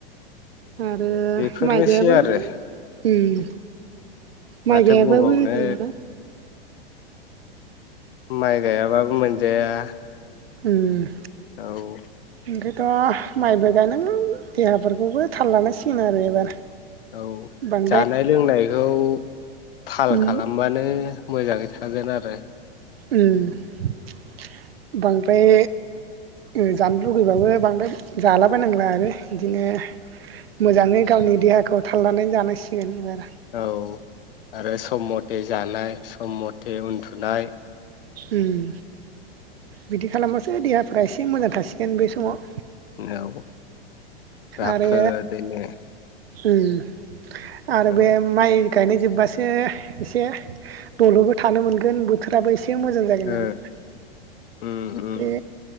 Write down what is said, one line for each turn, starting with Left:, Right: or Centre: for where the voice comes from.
Right: आरो
Left: बेफोरनोसै
Right: माइ गायाबाबो
Left: आरो
Right: उम
Left: माथो
Right: माइ गायाबाबो
Left: बुंबावनो
Right: जाया ना
Left: माइ गायाबाबो मोनजाया
Right: उम
Left: औ
Right: ओंखायथ' माइबो गायनांगोन देहाफोरखौबो थाल लानांसिगोन आरो एबार
Left: औ
Right: बांद्राय
Left: जानाय लोंनायखौ थाल
Right: उम
Left: खालामबानो मोजाङै थागोन आरो
Right: उम बांद्राय ओ जानो लुबैबाबो बांद्राय जालाबायनांला आरो बिदिनो मोजाङै गावनि देहाखौ थालनानै जानांसिगोन एबार
Left: औ आरो सम मथे जानाय सम म थे उदुनाय
Right: उम बिदि खालामासै देहाफ्रा एसे मोजां थासिगोन बै समाव
Left: औ राफोदैनो
Right: आरो उम आरो
Left: औ
Right: बे माइ गायनाय जोब्बासो एसे दल'बो थानो मोनगोन बोथोराबो एसे ए मोजां जागोन
Left: ओ
Right: आरोना।
Left: उम उम
Right: बे।